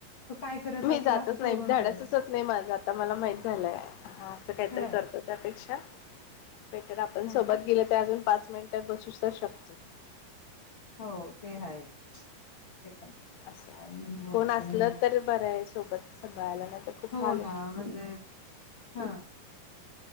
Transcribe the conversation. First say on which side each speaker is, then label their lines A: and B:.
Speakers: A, on the left; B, on the left.
A: तो काय करत
B: मी
A: असेल
B: जातच
A: असं सोडून
B: नाही धाडसच
A: झालं
B: होत नाही माझं आता मला माहित झालंय, असं काहीतरी
A: ह
B: करतो त्यापेक्षा बेटर आपण
A: ह
B: सोबत गेल तर अजून पाच मिंट बसू तर शकतो.
A: हो ते आहे. ते पण
B: असं
A: म्हणजे
B: कोण असलं तर बरं आहे सोबत सांभाळायला नाही तर खूप
A: हो
B: हाल
A: ना म्हणजे हा